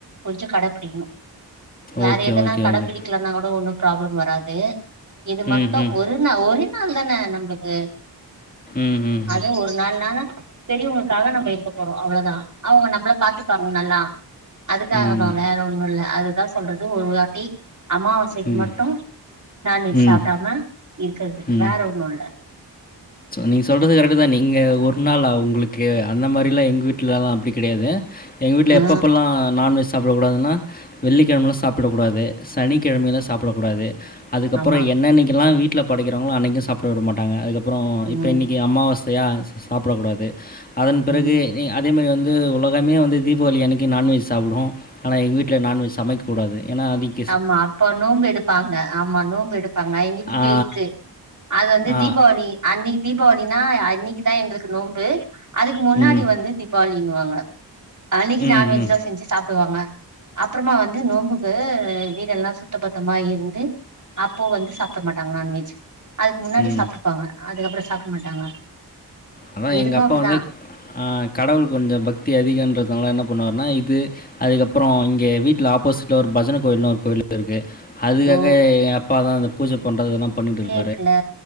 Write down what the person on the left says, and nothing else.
ஓகே,
ஓகே,
ஓகே.
ம்ஹ்ம்.
ம்ஹ்ம்.
ம். ம்.
ம்.
ம்.
ம்
ம்
நீங்க சொல்றது கரெக்டு தா நீங்க ஒரு நாளா உங்களுக்கு அந்த மாரி எல்லா எங்க வீட்டுலல்லா அப்டி கெடையாது எங்க வீட்ல
எப்பப்பல்லா நான்வெஜ் சாப்டக்கூடாதுன்னா வெள்ளிக்கெழமல்லா சாப்டக்கூடாது சனிக்கெழமெல்லா சாப்டக்கூடாது அதுக்கப்றோ
என்னன்னைக்கலா வீட்ல படைக்கிறாங்களோ அன்னைக்கு சாப்டவிட மாட்டாங்க அதுக்கப்றோ இப்போ
இன்னைக்கி அம்மாவசையா சாப்டக் கூடாது அதன் பிறகு
அதே மாரி உலகமே வந்து தீபாவளி அன்னைக்கு நான்வெஜ் சாப்டு ஆனா எங்க வீட்ல நான்வஜ் சமைக்ககூடாது ஏனா அன்னைக்
ஆ,
ஆ,
ம்,
ம்,
ம்,
ம்.
அதா
எங்க அப்பா
வந்து அ கடவுள் கொஞ்ச பக்தி அதிகன்றதுனால என்ன பண்ணுவாருனா இது அதுக்கப்றோ இங்க வீட்ல ஆப்போசிட்ல ஒரு பஜன கோயில்னு ஒரு கோயில் இருக்கு அதுக்காக
எங்க அப்பாதா இந்த பூஜ பண்ணுறது இதெல்லா பண்ணிட்ருக்